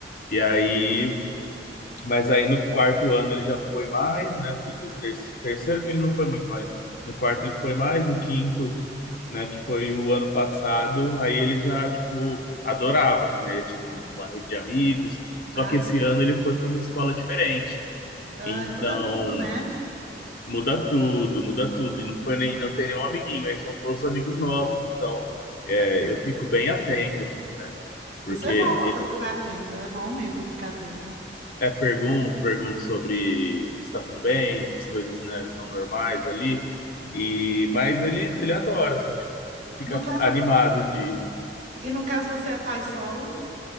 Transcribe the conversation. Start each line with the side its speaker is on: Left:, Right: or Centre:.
Left: E aí, mas aí no quarto ano ele já foi mais, né? Que ele fez o terceiro, terceiro que ele não foi muito mais. No quarto ele foi mais, no quinto, né? Que foi o ano passado, aí ele já, tipo, adorava, assim, né? Ele tinha uma rede de amigos, só
Right: Ah,
Left: que esse ano ele foi para uma escola diferente.
Right: ai,
Left: Então,
Right: muda tudo, né?
Left: Muda tudo, muda tudo. E não foi nem, não tem nenhum amiguinho, aí são todos amigos novos, então é, eu fico bem atento, assim, né? Porque
Right: Isso é bom você
Left: e-
Right: ficar atenta é bom mesmo ficar atenta.
Left: é pergunto, pergunto sobre se tá tudo bem, se as coisas, né, estão normais ali. E, mas ele, ele adora, assim, ele fica
Right: No caso,
Left: animado de.
Right: e no caso você é pai solo?